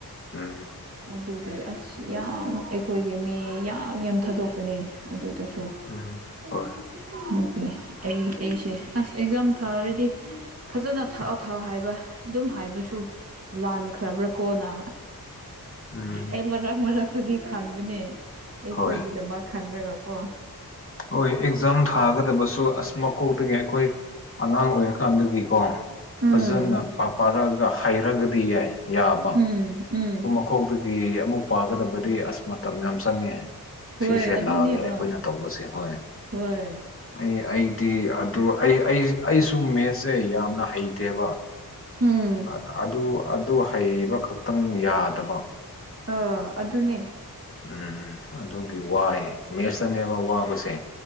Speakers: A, on the left; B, on the right.
A: ꯎꯝ
B: ꯑꯗꯨꯒꯤ ꯑꯁ ꯌꯥꯝ ꯑꯩꯈꯣꯏꯒꯤ ꯃꯤ ꯌꯥꯝ ꯌꯝ ꯊꯥꯗꯣꯛꯄꯅꯦ ꯑꯗꯨꯗꯁꯨ
A: ꯎꯝ
B: <unintelligible>
A: ꯍꯣꯏ
B: ꯑꯩ ꯑꯩꯁꯦ ꯑꯁ ꯑꯦꯛꯖꯥꯝ ꯊꯥꯔꯗꯤ ꯐꯖꯅ ꯊꯥꯛꯑꯣ ꯊꯥꯎꯑꯣ ꯍꯥꯏꯕ ꯑꯗꯨꯝ ꯍꯥꯏꯕꯁꯨ ꯂꯥꯟꯈ꯭ꯔꯕ꯭ꯔꯥ ꯀꯣꯅ
A: ꯎꯝ
B: ꯑꯩ ꯃꯔꯛ ꯃꯔꯛꯇꯥꯗꯤ ꯈꯥꯟꯕꯅꯦ ꯑꯩꯈꯣꯏꯒꯤꯗꯃꯛ
A: ꯍꯣꯏ
B: ꯈꯟꯗ꯭ꯔꯥꯒꯀꯣ
A: ꯍꯣꯏ ꯑꯦꯛꯖꯥꯝ ꯊꯥꯒꯗꯕꯁꯨ ꯑꯁ ꯃꯀꯣꯛꯇꯥꯒꯤ ꯑꯩꯈꯣꯏ ꯑꯉꯥꯡ ꯑꯣꯏꯔꯀꯥꯟꯗꯒꯤꯀꯣ ꯐꯖꯅ
B: ꯎꯝ
A: ꯄꯥ ꯄꯥꯔꯛꯑꯒ ꯍꯩꯔꯒꯥꯗꯤ ꯌꯥꯏ ꯌꯥꯕ
B: ꯎꯝ ꯎꯝ
A: ꯀꯣꯛꯇꯥꯒꯤ ꯑꯃꯨꯛ ꯄꯥꯒꯗꯕꯗꯤ ꯑꯁ ꯃꯇꯝ ꯌꯥꯝ ꯆꯪꯉꯦ
B: ꯍꯣꯏ
A: ꯁꯤꯁꯦ
B: ꯑꯗꯨꯅꯦꯕ
A: ꯂꯥꯜꯂꯦ ꯑꯩꯈꯣꯏꯅ ꯇꯧꯕꯁꯦ ꯍꯣꯏ
B: ꯍꯣꯏ
A: ꯑꯩ ꯑꯩꯗꯤ ꯑꯗꯨ ꯑꯩ ꯑꯩ ꯑꯩꯁꯨ ꯃꯦꯁ ꯖꯦ ꯌꯥꯝꯅ ꯍꯩꯇꯦꯕ
B: ꯎꯝ
A: ꯑꯥ ꯑꯗꯨ ꯑꯗꯨ ꯍꯩꯕ ꯈꯛꯇꯪ ꯌꯥꯗꯕ
B: ꯑꯣ ꯑꯗꯨꯅꯦ
A: ꯎꯝ ꯑꯗꯨꯒꯤ ꯋꯥꯏ ꯃꯦꯁꯇꯥꯅꯦꯕ ꯋꯥꯕꯁꯦ